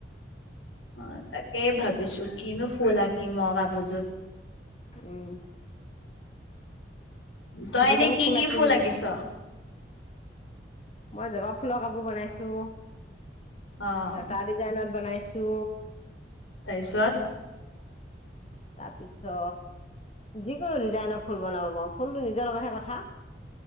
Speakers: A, on the left (about 85°); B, on the left (about 35°).
A: অ' তাক কেই ভাবিছো কিনো ফুল আঁকিম আও কাপোযোত
B: উম
A: তই
B: যিকোনো
A: এনে কি কি
B: আঁকি
A: ফুল
B: দিবি
A: আঁকিছ?
B: মই জবা ফুলৰ কাপোৰ বনাইছো
A: অ',
B: লতা ডিজাইনত বনাইছো
A: তাৰপিছত
B: তাৰপিছত যিকোনো ডিজাইনৰ ফুল বনাব পাৰো ফুলটো নিজৰ লগতহে কথা